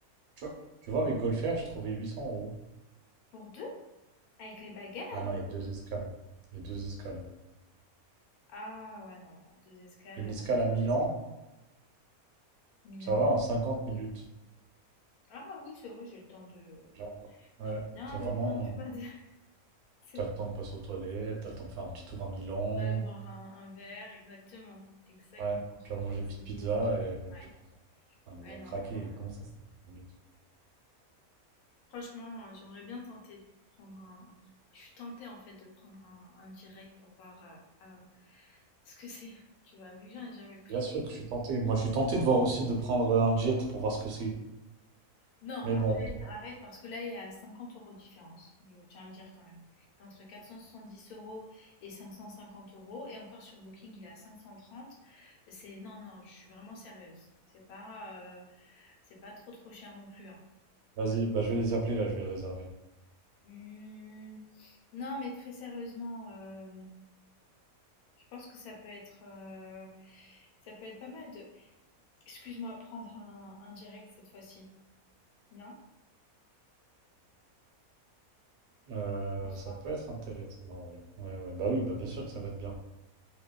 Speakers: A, on the right; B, on the left.
A: Tu vois? Tu vois, avec Golfer, j'ai trouvé 800 euros.
B: pour deux, avec les bagages.
A: Ah non, il y a deux escales. Il y a deux escales.
B: Ah ouais, non, non, 2 escales,
A: Une escale
B: heu,
A: à Milan,
B: Milan.
A: ça va en 50 minutes.
B: Ah oui, c'est vrai, j'ai le temps de
A: Genre, ouais,
B: j'ai bien
A: c'est vraiment,
B: le temps, tu
A: euh,
B: vois, de <laughs> c'est
A: t'as
B: bon,
A: le temps de passer aux toilettes, t'as le temps de faire un petit tour à Milan,
B: d'aller boire un un verre, exactement, exactement,
A: ouais, tu
B: faire
A: vas
B: du
A: manger
B: shopping.
A: une petite pizza et ouais,
B: Ouais,
A: tu vois. Ah, mais
B: ouais,
A: ils ont
B: non,
A: craqué,
B: non, heu,
A: comment ça, c'est 10 minutes
B: franchement, heu, j'aimerais bien tenter de prendre un je suis tentée, en fait, de prendre un un direct pour voir, heu heu, ce que c'est, tu vois? Vu que j'en ai jamais pris
A: Bien sûr que je suis tenté, moi je suis tenté de voir aussi de prendre euh, un jet pour voir ce que c'est.
B: Non,
A: Mais
B: arrête,
A: bon,
B: arrête, parce que là, il y a 50 euros de différence, je tiens à le dire quand même. Entre 470 euros et 550 euros, et encore sur Booking, il est à 530. C'est non, non, je suis vraiment sérieuse. C'est pas, euh, c'est pas trop trop cher non plus. hein.
A: vas-y, bah je vais les appeler là, je vais le réserver.
B: Hmm, non, mais très sérieusement, euh, je pense que ça peut être, euh, ça peut être pas mal de. Excuse-moi, prendre un, un direct cette fois-ci. Non?
A: Euh,
B: Je pense
A: ça
B: pas.
A: peut être intéressant, ouais. Ouais, ouais, bah oui, bah bien sûr que ça va être bien.